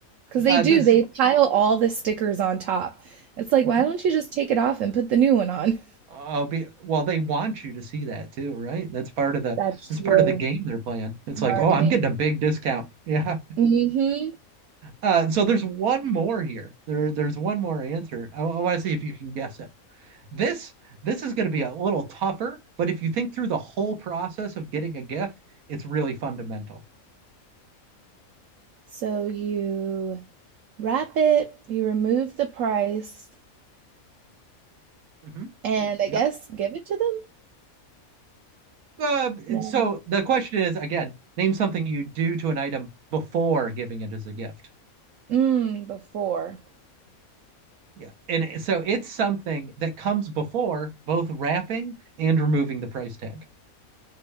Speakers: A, on the right; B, on the right.
A: Because they
B: Uh
A: do,
B: this
A: they pile all the stickers on top. It's like,
B: mhm.
A: why don't you just take it off and put the new one on?
B: I'll be well, they want you to see that too, right? That's part
A: <laughs>
B: of the
A: That's
B: that's
A: true.
B: part of the game they're playing. It's
A: Marketing.
B: like, oh, I'm getting a big discount. <laughs> Yeah.
A: hmm
B: Uh, so there's one more here. There, there's one more answer. I, I want to see if you can guess it. This this is going to be a little tougher, but if you think through the whole process of getting a gift, it's really fundamental.
A: so you wrap it, you remove the price,
B: Mhm.
A: and I
B: Yep.
A: guess give it to them?
B: Uh,
A: No.
B: so the question is again, name something you do to an item before giving it as a gift.
A: Mm, before.
B: Yeah. And so it's something that comes before both wrapping and removing the price tag.